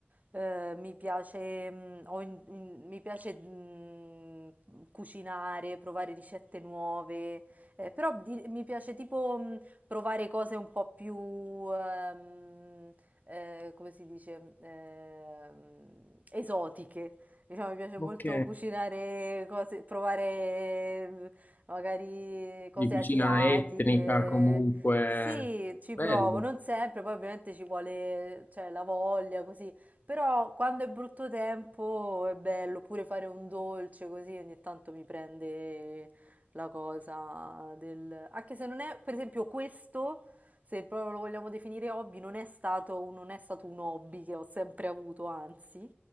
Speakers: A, on the right; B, on the left.
A: eh, mi piace, mm, ho in- in- mi piace mm, cucinare, provare ricette nuove, eh, però di- mi piace tipo mm, provare cose un po' più, ehm, eh, come si dice, ehm, esotiche. Diciamo, mi piace
B: Ok.
A: molto cucinare cose, provare magari cose
B: di cucina
A: asiatiche.
B: etnica comunque,
A: Sì, ci
B: bello.
A: provo, non sempre, poi ovviamente ci vuole, cioè, la voglia, così. Però quando è brutto tempo è bello, oppure fare un dolce così ogni tanto mi prende la cosa del... Anche se non è, per esempio, questo, se proprio lo vogliamo definire hobby, non è stato, un- non è stato un hobby che ho sempre avuto, anzi